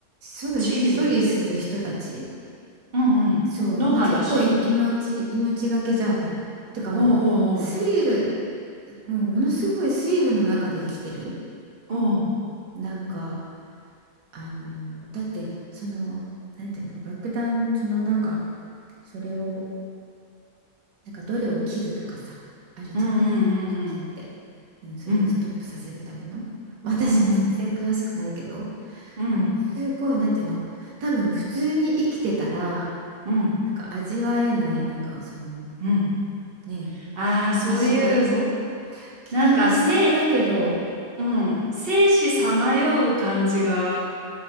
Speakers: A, on the right (about 85°); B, on the right (about 40°).
A: 処理、
B: チーム
A: 処理する人たち
B: うんうん。
A: そうまあ結構い命命がけじゃないてかもうスリル
B: の話おーお
A: もうものすごいスリルの中で生きてる
B: ーおー、おー
A: なんかあのだってそのなんていうの爆弾そのなんかそれをなんかどれを切るとかさあるじゃんなんかちょっと切って、
B: うんうん
A: うん、それをストップさせるためのまあ私も全然詳しくないけど
B: うんうん。うんうんうん
A: すごいなんていうの多分普通に生きてたら
B: うん
A: なんか味わえないなんかその
B: うん。
A: ね危険な仕事
B: ああ、そういう、
A: 危険な仕事だけど
B: なんか、せ、うん、生死さまよう感じが、